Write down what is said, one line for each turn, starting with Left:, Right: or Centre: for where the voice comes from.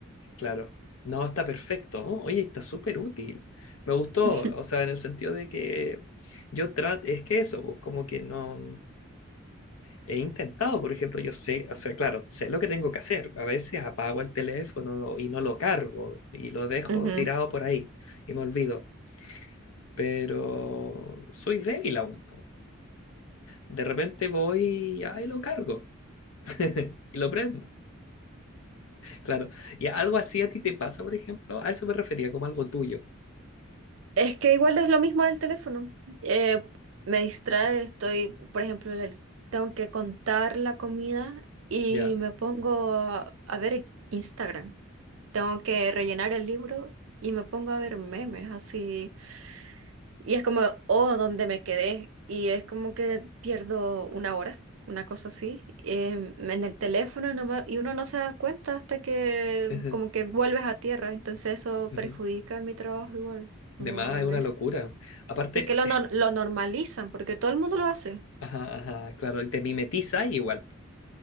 Left: Claro. No, está perfecto. Oh, oye, está súper útil. Me gustó,
Right: <laughs>
Left: o sea, en el sentido de que yo trato, es que eso, pues, como que no he intentado, por ejemplo, yo sé, o sea, claro, sé lo que tengo que hacer. A veces apago el teléfono y no lo cargo y lo dejo
Right: Ujú.
Left: tirado por ahí y me olvido, pero soy débil aún, po. De repente voy y ahí lo cargo <laughs> y lo prendo, claro. ¿Y algo así a ti te pasa, por ejemplo? A eso me refería, como algo tuyo,
Right: Es que igual es lo mismo del teléfono. Eh, me distrae, estoy, por ejemplo, el- tengo que contar la comida y
Left: ya.
Right: me pongo a, a ver Instagram. tengo que rellenar el libro y me pongo a ver memes así. Y es como, oh, ¿dónde me quedé? Y es como que pierdo una hora, una cosa así, em, en el teléfono no me- y uno no se da cuenta hasta que
Left: Ujú,
Right: como que vuelves a tierra. Entonces eso
Left: ujú.
Right: perjudica mi trabajo igual,
Left: De
Right: como
Left: más es una
Right: es.
Left: locura. Aparte,
Right: Es que lo, nor- lo normalizan porque todo el mundo lo hace.
Left: <laughs> ajá, ajá, claro, y te mimetiza igual.